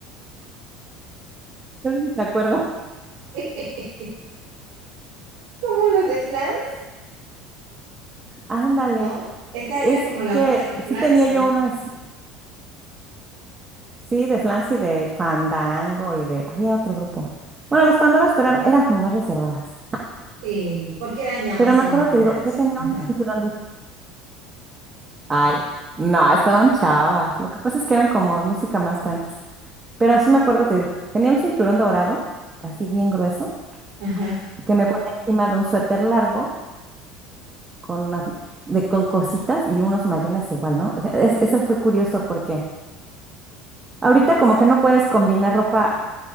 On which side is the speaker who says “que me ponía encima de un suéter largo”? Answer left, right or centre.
Right